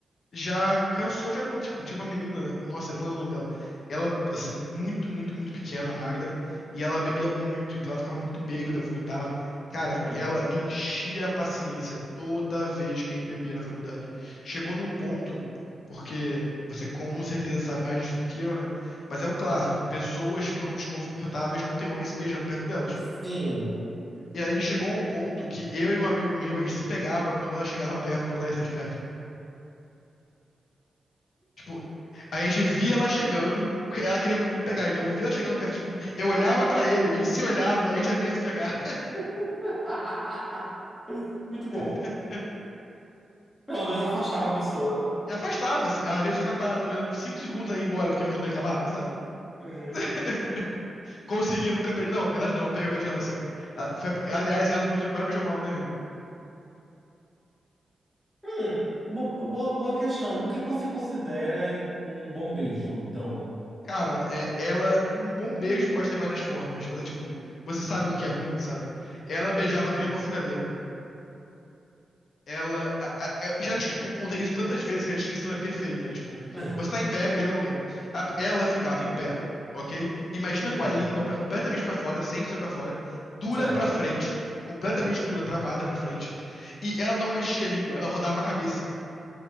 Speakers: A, on the left; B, in the centre.
A: já cansou de acontecer. Tipo, tinha uma menina, nossa, eu não lembro o nome dela. Ela, assim, muito, muito, muito pequena, magra, e ela bebia muito, então ela ficava muito bêbada, vomitava. Cara,
B: Uhum,
A: ela me enchia a paciência toda vez que a gente bebia na faculdade. Chegou num ponto, porque você com certeza sabe mais disso do que eu, né? Mas é o clássico, pessoas ficam desconfortáveis quando tem homem se beijando perto delas.
B: sim.
A: E aí chegou a um ponto que eu e um amigo meu, a gente se pegava quando ela chegava perto, pra ela sair de perto. Tipo, a gente via ela chegando, porque ela queria muito me pegar. Então eu via ela chegando perto de mim, eu olhava pra ele, a gente se olhava, a gente já via se pegar.
B: <laughs> Muito bom.
A: <laughs>
B: Pelo menos afastava a pessoa.
A: E afastava, assim. Às vezes ficava parado olhando uns 5 segundos aí embora, porque vi que não ia acabar,
B: Uhum,
A: sabe?
B: uhum.
A: <laughs> Consegui, nunca beijei. Não, na verdade não, eu peguei eu beijei ela assim, né? Ela foi a- aliás, ela foi a pessoa que mais beijou mal na minha vida.
B: Hum, bo- bo- boa questão. O que que você considera um bom beijo, então?
A: Cara, é, ela. Um bom beijo pode ter várias formas, mas é tipo, você sabe o que é ruim, sabe? Ela beijava que
B: Uhum,
A: nem uma furadeira. ela. a- a- eu já descre- contei isso tantas vezes que a descrição é perfeita. É tipo,
B: <laughs>
A: você tá em pé beijando alguém. A- ela ficava em pé, ok? Imagina
B: uhum,
A: com a língua pra, completamente pra fora, 100% pra fora, dura
B: certo.
A: pra frente, completamente dura, travada pra frente, e ela não mexia a língua, ela rodava a cabeça,